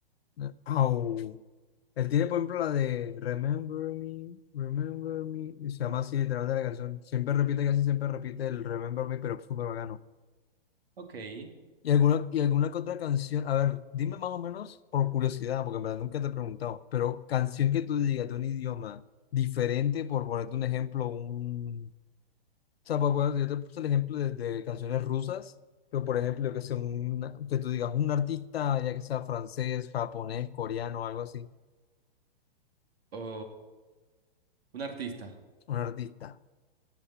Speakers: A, on the left; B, on the right.
A: eh, Au. Él tiene, por ejemplo, la de Remember Me, Remember Me. y se llama así literalmente la canción. Siempre repite, casi siempre repite el Remember Me, pero súper bacano.
B: Ok, sí.
A: Y alguna, y alguna que otra canción. A ver, dime más o menos por curiosidad, porque en verdad nunca te he preguntado. Pero canción que tú digas de un idioma diferente, por ponerte un ejemplo, un O sea, pues, pues, yo te puse el ejemplo de, de canciones rusas, pero por ejemplo, yo que sé, un, que tú digas un artista, ya que sea francés, japonés, coreano, algo así,
B: O un artista
A: un artista,